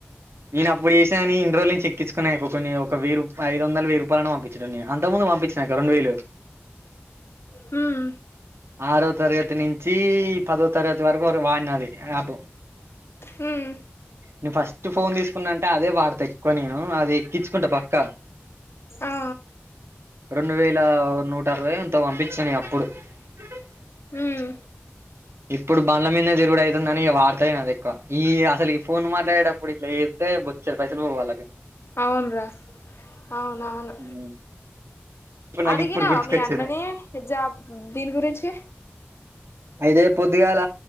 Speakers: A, on the right; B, on the left.
A: నేనప్పుడు చేస్న గనీ ఇన్ని రోజుల్నుంచి ఎక్కిుచ్చుకున్నా అయిపోవు కొన్ని ఒక వెయ్యి రూ ఐదొందలు వెయి రూపాలన్న పంపిచ్ చెటోన్నీ అంతకు ముందు పంపించినక్క రెండు వేలు
B: హ్మ్
A: ఆరో తరగతి నుంచీ పదో తరగతి వరకు వాడినది యాపు
B: హ్మ్
A: నేను ఫస్ట్ ఫోన్ తీసుకున్న అంటే అదే వాడతా ఎక్కువ నేను అది ఎక్కిచ్చుకుంట పక్క
B: ఆ,
A: రెండు వేల నూట అరవయో ఎంతో పంపిచ్చిన నేను అప్పుడు అ
B: ఉమ్,
A: <inaudible> ఇప్పుడు బండ్ల మీద్నే దిరుగుడు అయితుందని ఇగ వాడ్తలేనది ఎక్కువ, ఈ అసలు ఈ ఫోన్ మాట్లాడేటప్పుడు ఇట్ల ఏస్ తె బొచ్చడు పైసలు పోవు అల్లకి
B: అవున్ర అవునవును
A: వాళ్ళకి ఇప్పుడు నాకు
B: అడిగనవ
A: ఇప్పుడు గుర్తుకొచ్చింది
B: మీ అన్నని జాబ్ దీని గురించి
A: అయితే పొద్దుగాల